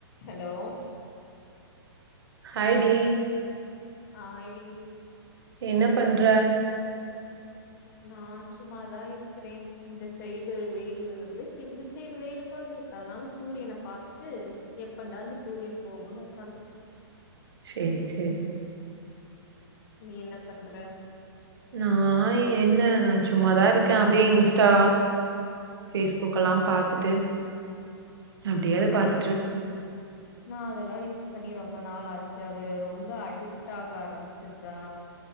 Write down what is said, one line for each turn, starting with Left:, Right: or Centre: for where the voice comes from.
Left: Hello
Right: ஹாய்டி
Left: ஆ ஹாய்டி
Right: என்ன பண்ற
Left: நா சும்மாதா இருக்கிறேன் இந்த சைடு வெயில இருந்து இப்ப இந்த சைடு வெயிலுக்கு வந்திருக் க அதனால சூரியன பாத்துட்டு எப்படா இந்த சூரியன் போகுன்னு உக்காந்துருக்கே
Right: செரி செரி
Left: நீ என்ன பண்ற
Right: நா என்ன நா சும்மாதா இருக்கே அப்டியே இன்ஸ்டா ஃபேஸ் புக்கல்லா பாத்துட்டு அப்டியே அத பாத்துட்டுரு
Left: நா நா அதெல்லா யூஸ் பண்ணி ரொம்ப நாள் ஆச்சு அது ரொம்ப அடீக்ட்டாக ஆரம்பிச்சிருதா